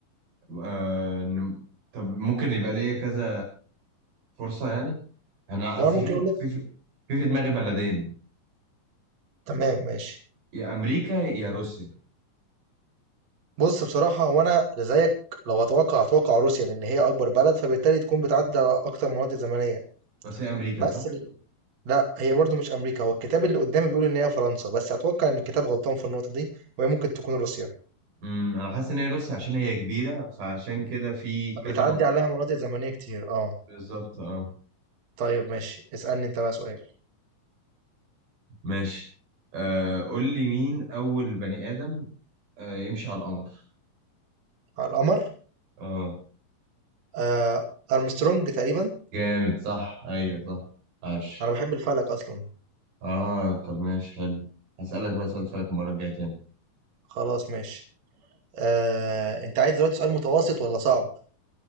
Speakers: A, on the right; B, on the right.
A: آه إن- طب ممكن يبقى ليا كذا فرصة يعني انا
B: وأنا
A: اصل
B: ممكن
A: في
B: أقول لك
A: في في في دماغي بلدين
B: تمام ماشي
A: يا امريكا يا روسيا
B: بص بصراحة وأنا زيك لو هتوقع هتوقع روسيا لأن هي أكبر بلد فبالتالي تكون بتعدي على أكتر مناطق زمنية
A: بس هي امريكا
B: بس
A: صح
B: ال- لا هي برضو مش أمريكا هو الكتاب اللي قدامي بيقول إن هي فرنسا بس أتوقع إن الكتاب غلطان في النقطة دي وهي ممكن تكون روسيا
A: امم انا حاسس ان هي روسيا عشان هي كبيره فعشان مم. كده في كذا
B: فبتعدي
A: منطقه
B: عليها مناطق زمنية كتير أه
A: بالظبط اه
B: طيب ماشي اسألني أنت بقى سؤال
A: ماشي آه قول لي مين اول بني ادم آه يمشي على القمر
B: على القمر
A: اه
B: آه أرمسترونج تقريبا
A: جامد صح ايوه صح عاش
B: أنا بحب الفلك أصلا
A: اه طب ماشي حلو هسألك بقى سؤال فلك المره الجايه تاني
B: خلاص ماشي آه، انت عايز دلوقتي سؤال متوسط ولا صعب